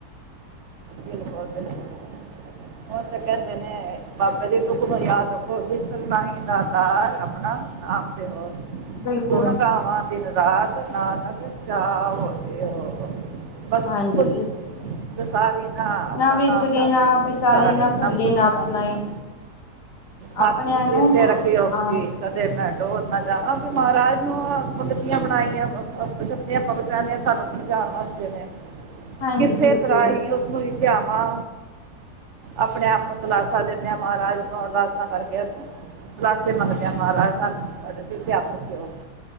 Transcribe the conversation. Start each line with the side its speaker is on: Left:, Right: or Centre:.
Right: <inaudible> ਤੇ ਕਹਿੰਦੇ ਨੇ ਬਾਬੇ ਦੇ <unintelligible> ਨੂੰ ਯਾਦ ਰੱਖੋ, ਵਿਸਰ ਨਾਹੀ ਦਾਤਾਰ, ਆਪਣਾ ਨਾਮ ਤੇ ਹੋ
Left: ਬਿਲਕੁਲ।
Right: ਗੁਣ ਗਾਵਾਂ ਦਿਨ ਰਾਤ, ਨਾਨਕ ਚਾ ਓ ਏ ਹੋ। ਬਸ
Left: ਹਾਂਜੀ
Right: ਭੁੱਲ ਵਿਸਾਰੀ ਹਾਂ, ਆਪਣਾ
Left: ਨਾ ਵਿਸਰੀ
Right: ਨਾਮ ਦੇਨਾਂ
Left: ਨਾ ਵਿਸਾਰੀ
Right: ਨੇ ਵਿਸਾਰੇ
Left: ਭੁੱਲੀ
Right: ਨਾ ਭੁੱਲ ਨਾ
Left: ਭੁਲਾਈ
Right: ਭੁੱਲਣਾ।
Left: ਆਪਣਿਆਂ
Right: ਹੱਥ ਸਿਰ
Left: ਨੂੰ
Right: ਤੇ
Left: ਹਾਂ
Right: ਰੱਖ ਹੋ ਜੀ ਮੈਂ ਡੋਲਨਾ ਜਾ <inaudible> ਵਾਂ ਵੀ ਮਹਾਰਾਜ ਨੂੰ ਮਤਲਬ ਬਣਾਈਆਂ ਭਾਗਤਾ ਨੇ ਆਪਾਂ ਪਹਨੇ, ਸਾਨੂੰ ਸਮਝਾਣ ਵਾਸਤੇ ਨੇ <unintelligible>
Left: ਹਾਂਜੀ
Right: ਕਿਸੇ
Left: ਬਿਲਕੁਲ
Right: ਤਰ੍ਹਾਂ ਹੀ ਉਸਨੂੰ ਰ ਧਿਆਵਾਂ, ਆਪਣੇ ਆਪ ਨੂੰ ਦਿਲਾਸ ਸਦ ਦੇ ਆ, ਮਹਾਰਾਜ ਨੂੰ ਅਰਦਾਸਾਂ ਕਰਕੇ <unintelligible> ਮੰਗਦੇ ਆ, ਮਹਾਰਾਜ ਸਾਨੂੰ ਸਾਡੇ ਸਿਰ ਤੇ ਹੱਥ ਰੱਖੇਓ।